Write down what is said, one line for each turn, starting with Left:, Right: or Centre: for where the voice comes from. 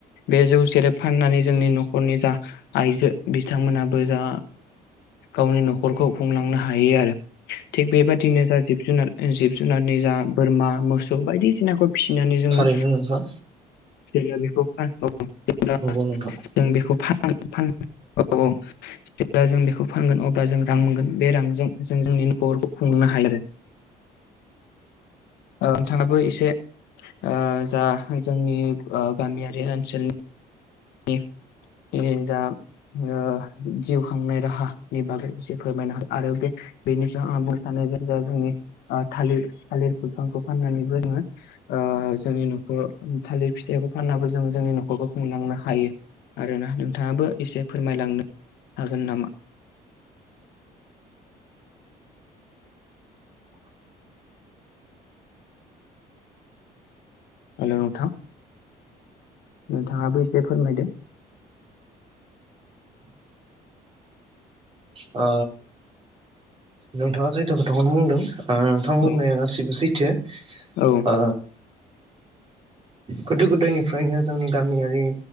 Left: बे जौ सेरेब फाननानै जोंनि नखरनि जा आइजो बिथांमोनाबो जा गावनि न'खरखौ खुंलांनो हायो आरो। थिग बेबादिनो जा जिब जुनार जिब जुनारनि जा बोरमा मोसौ बायदिसिनाखौ फिसिनानै जोङो
Right: थारैनो नोंथां
Left: <unintelligible> अब्ला
Right: नंगौ नोंथा
Left: जों बेखौ औ औ जेब्ला जों बेखौ फानगोन अब्ला जों रां मोनगोन बे रांजों जों जोंनि नखरखौ खुंनो हायो आरो। ओ नोंथाङाबो एसे ओ जा जोंनि ओ गामियारि ओनसोलनि <inaudible> जा ओ जिउ खांनाय राहा नि बागै एसे फोरमायना हो आरो बे बेनि जा आ बुंनो सानो जे जा जोंनि ओ थालिर थालिर बिफांखौ फाननानैबो जोङो ओ जोंनि नखर थालिर फिथाइखौ फाननाबो जों जोङो जोंनि नखरखौ खुंलांनो हा हायो आरोना नोंथाङाबो एसे फोरमायलांनो हागोन नामा? हेलौ नोंथां। नोंथाङाबो एसे फोरमायदो।
Right: ओ। नोंथाङा सैथो खोथाखौनो बुंदों। ओ नोथां बुंनाया
Left: औ
Right: गासिबो सैथो
Left: औ
Right: ओ गोदो गोदायनिफ्रायनो जोंनि गामियारि